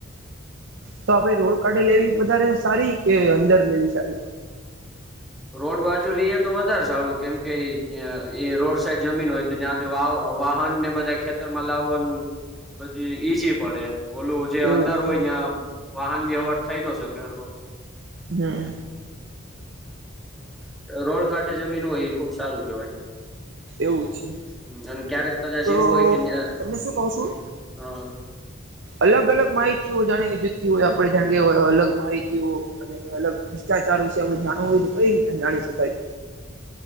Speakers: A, on the right; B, in the centre.
A: તો આપડ રોડ કાઢી લેવી વધારે સારી કે અંદર લેવી સારી
B: રોડ બાજુ લઈએ તો વધારે સારું કેમકે એ રોડ સાઈડ જમીન હોય તો જ્યાંથી વાવ વાહન ને બધા ખેતરમાં લાવવાનું બધું ઈઝી પડે ઓલું જે
A: એવું
B: અંદર
A: છે
B: હોય ત્યાં વાહન વ્યવહાર થઈ ન શ
A: હા
B: રોડ કાંઠે જમીન હોય એ ખુબ સારું કેવાય
A: એવું છે
B: અને ક્યારેક કદાચ
A: તો
B: એવું હોય કે્યા
A: તમને શું કઉ છું
B: હા
A: અલગ અલગ માહિતીઓ જાણે કે હોય આપડે જાણ કે અલગ માહિતી અને અલગ ભ્રષ્ટાચાર વિશે આપે જાણવું હોય તો કઈ રીતે જાણી છે ભાઈ